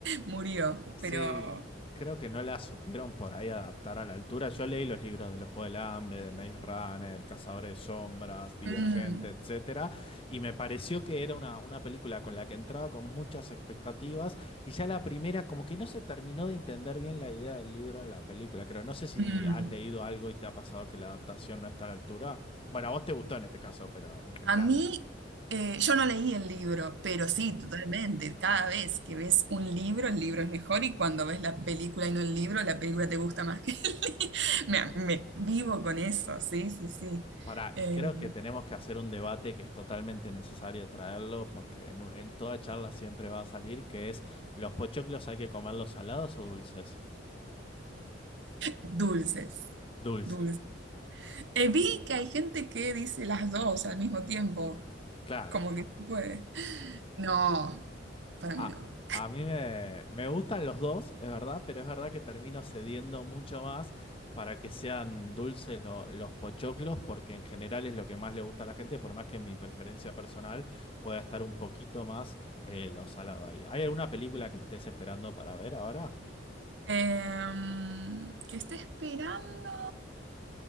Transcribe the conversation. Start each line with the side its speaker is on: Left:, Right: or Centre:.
Right: murió,
Left: Sí,
Right: pero...
Left: creo que no la supieron por ahí adaptar a la altura. Yo leí los libros de los Juegos del Hambre, de Maze Runner, Cazadores de Sombras, Divergente,
Right: mm,
Left: etcétera, y me pareció que era una, una película con la que entraba con muchas expectativas, y ya la primera, como que no se terminó de entender bien la idea del libro en la película. Creo, no sé si
Right: mm.
Left: has leído algo y te ha pasado que la adaptación no está a la altura. Bueno, a vos te gustó en este caso, pero en general.
Right: A mí, eh, yo no leí el libro, pero sí, totalmente. Cada vez que ves un libro, el libro es mejor y cuando ves la película y no el libro, la película te gusta más que el <laughs> libro. Me, me vivo con eso, sí, sí, sí.
Left: Pará,
Right: Eh,
Left: y creo que tenemos que hacer un debate que es totalmente necesario traerlo, porque en, un- en toda charla siempre va a salir, que es, ¿los pochoclos hay que comerlos salados o dulces?
Right: dulces,
Left: Dulces.
Right: dulces.
Left: S-
Right: Eh,
Left: t-
Right: vi que hay gente que dice las dos al mismo tiempo,
Left: Claro.
Right: como que se puede. No, para mí
Left: A,
Right: no.
Left: a mí me, me gustan los dos, es verdad, pero es verdad que termino cediendo mucho más para que sean dulces lo- los pochoclos, porque en general es lo que más le gusta a la gente, por más que mi preferencia personal pueda estar un poquito más eh, lo salado ahí. ¿Hay alguna película que estés esperando para ver ahora?
Right: Em, que esté esperando,